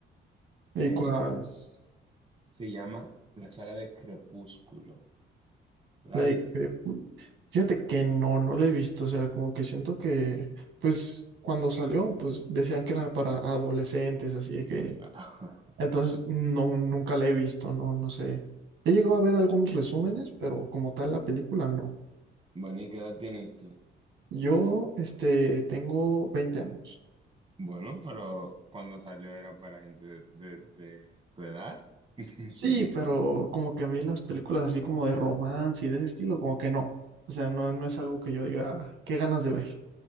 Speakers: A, on the right; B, on the right.
A: Y
B: Esa
A: cua-
B: s- se llama la saga de Crepúsculo. ¿La
A: le-
B: has visto?
A: eh, fíjate que no, no la he visto, o sea, como que siento que, pues, cuando salió, pues decían que era para adolescentes, así de que,
B: <laughs>
A: entonces, no, nunca la he visto, no, no sé. He llegado a ver algunos resúmenes, pero como tal la película no.
B: Bueno, ¿y qué edad tienes tú?
A: Yo, este, tengo 20 años.
B: Bueno, pero cuando salió era para gente de, de de tu edad. <laughs>
A: Sí, pero como que a mí las películas así como de romance y de ese estilo, como que no. O sea, no, no es algo que yo diga, "Ah, qué ganas de ver.